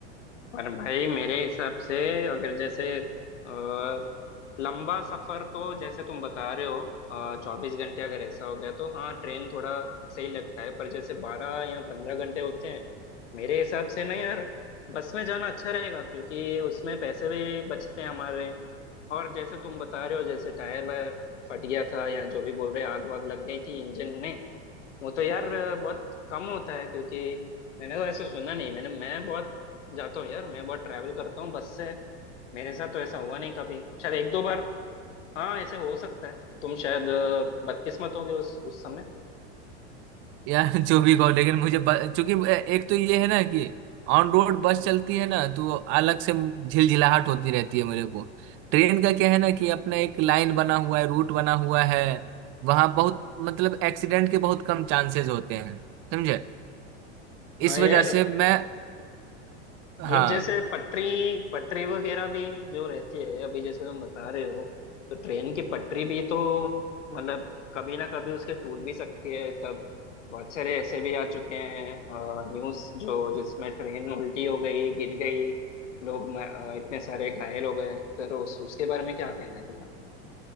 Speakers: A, on the left; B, on the right.
A: और भाई मेरे हिसाब से अगर जैसे अ, लंबा सफर तो जैसे तुम बता रहे हो चौबीस घंटे अगर ऐसा हो गया तो हाँ ट्रेन थोड़ा सही लगता है पर जैसे बारह या पंद्रह घंटे होते हैं मेरे हिसाब से ना यार बस में जाना अच्छा रहेगा क्योंकि उसमें पैसे भी बचते हैं हमारे और जैसे तुम बता रहे हो जैसे टायर वायर फट गया था या जो भी बोल रहे आग वाग लग गई थी इंजन में वो तो यार बहुत कम होता है क्योंकि मैंने तो ऐसा सुना नहीं मैंने मैं बहुत जाता हूँ यार मैं बहुत ट्रैवल करता हूँ बस से मेरे साथ तो ऐसा हुआ नहीं कभी शायद एक दो बार हाँ ऐसे हो सकता है तुम शायद अ, बदकिस्मत होगे उस उस समय
B: यार <laughs> जो भी कहो लेकिन मुझे ब- चूंकि एक तो ये है ना कि ऑन रोड बस चलती है ना तो अलग से झिलझिलाहट होती रहती है मेरे को ट्रेन का क्या है ना कि अपना एक लाइन बना हुआ है रूट बना हुआ है वहां बहुत मतलब एक्सीडेंट के बहुत कम चांसेस होते हैं समझे
A: हाँ
B: इस
A: यार
B: वजह से मैं हाँ
A: मतलब जैसे पटरी पटरी वगैरह भी जो रहती है अभी जैसे तुम बता रहे हो तो ट्रेन की पटरी भी तो मतलब कभी ना कभी उसके टूट भी सकती है तब बहुत सारे ऐसे भी आ चुके हैं न्यूज़ जो जिसमें ट्रेन उल्टी हो गई गिर गई लोग म- अ, इतने सारे घायल हो गए फिर उस उसके बारे में क्या कहना है तुम्हारा